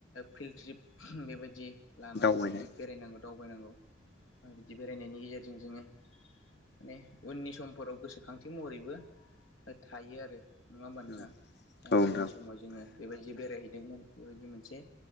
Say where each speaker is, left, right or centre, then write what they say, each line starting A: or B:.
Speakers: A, on the left; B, on the left.
A: फिल्ड ट्रिप बेबायदि लानाय
B: दावबायनाय
A: बेबायदि बेरायनांगौ। दावबायनांगौ आरो बिदि बेरायनायनि गेजेरजों जोङो। माने उननि समफोराव गोसोखांथि महरैबो थायो आरो नङा होमबा नोंथां
B: औ औ नोंथां
A: उननि समाव जोङो। बेबायदि बेरायहैदोंमोन बेबायदि मोनसे